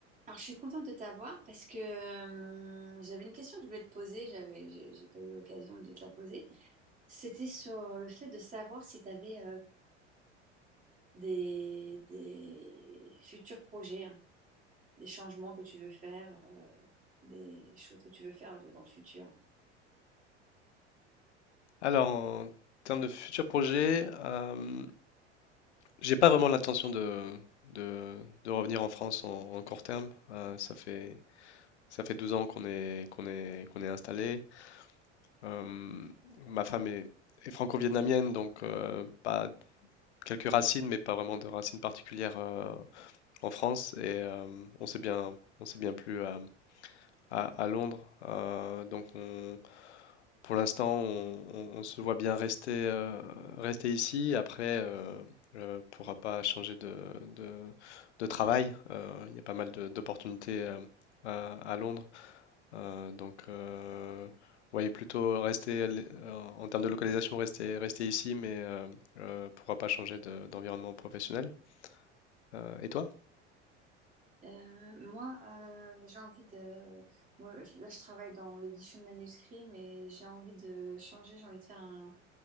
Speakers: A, on the right (about 20°); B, on the left (about 70°).
A: Alors, je suis contente de t'avoir parce que euh, j'avais une question que je voulais te poser, j'avais, j'ai j'ai pas eu l'occasion de te la poser. C'était sur le fait de savoir si tu avais des, des futurs projets, hein, des changements que tu veux faire, euh, des choses que tu veux faire de- dans le futur.
B: Alors, en termes de futurs projets, euh, j'ai pas vraiment l'intention de, de, de revenir en France en, en court terme. Euh, ça fait, ça fait 12 ans qu'on est, qu'on est, qu'on est installé. Euh, ma femme est, est franco-vietnamienne, donc euh, pas quelques racines, mais pas vraiment de racines particulières euh, en France. Et euh, on s'est bien, on s'est bien plu à, à Londres. Euh, donc on- pour l'instant, on, on- on se voit bien rester, euh, rester ici. Après, euh, ne pourra pas changer de, de- de travail. Euh, il y a pas mal de- d'opportunités euh, à, à Londres. Euh, donc, euh, voyez plutôt rester l- euh, en termes de localisation, rester, rester ici, mais euh, euh, pourra pas changer de- d'environnement professionnel. Euh, et toi?
A: Euh, moi, euh, j'ai envie de... moi, je- là, je travaille dans l'édition de manuscrits, mais j'ai envie de changer, j'ai envie de faire un